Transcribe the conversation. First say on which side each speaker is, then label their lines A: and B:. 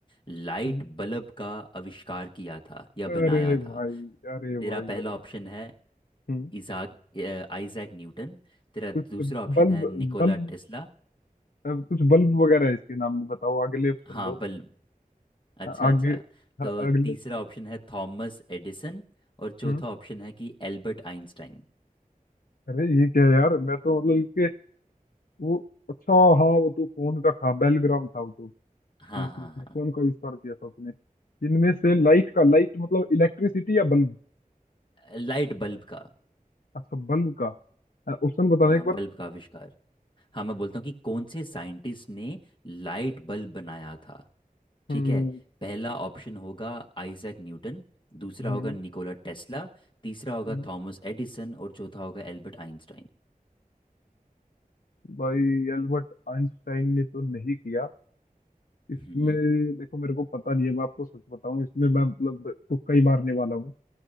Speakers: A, on the left; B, on the left.
A: लाइट
B: हम्म।
A: बल्ब का आविष्कार किया था या
B: अरे
A: बनाया
B: भाई
A: था
B: अरे भाई
A: तेरा पहला
B: अरे
A: ऑप्शन
B: भाई
A: है
B: हम्म
A: इजाक अ, आइजैक न्यूटन तेरा
B: कुछ
A: दूसरा ऑप्शन
B: बल्ब
A: है निकोला
B: बल्ब
A: टेस्ला
B: अब कुछ बल्ब वगैरह है इसके नाम में बताओ अगले ऑप्शन
A: हाँ
B: दो
A: बल अच्छा
B: हाँ, आगे
A: अच्छा
B: हाँ,
A: तो
B: अगले
A: तीसरा
B: ऑप्शन दो।
A: ऑप्शन है थॉमस एडिसन और चौथा
B: हम्म
A: ऑप्शन है कि एल्बर्ट आइंस्टाइन
B: अरे ये क्या है यार मैं तो मतलब इसके वो अच्छा हाँ वो तो फोन का था बेलग्राम था वो तो
A: हाँ
B: फिर- फिर-
A: हाँ
B: फिर
A: हाँ
B: फोन का आविष्कार किया था उसने इनमें से लाइट का लाइट मतलब इलेक्ट्रिसिटी या बल्ब
A: लाइट बल्ब का
B: अच्छा बल्ब का ऑप्शन बताना
A: हाँ
B: एक बार
A: बल्ब का आविष्कार हाँ मैं बोलता हूँ कि कौन से साइंटिस्ट ने लाइट बल्ब बनाया था ठीक
B: हम्म
A: है पहला ऑप्शन होगा आइजैक न्यूटन दूसरा
B: हम्म
A: होगा निकोला टेस्ला तीसरा होगा
B: हम्म।
A: थॉमस एडिसन और चौथा होगा एल्बर्ट आइंस्टाइन
B: भाई एल्बर्ट आइंस्टाइन ने तो नहीं किया इसमें
A: हम्म
B: देखो मेरे को पता नहीं है मैं आपको सच बताऊं इसमें मैं मतलब तुक्का ही मारने वाला हूँ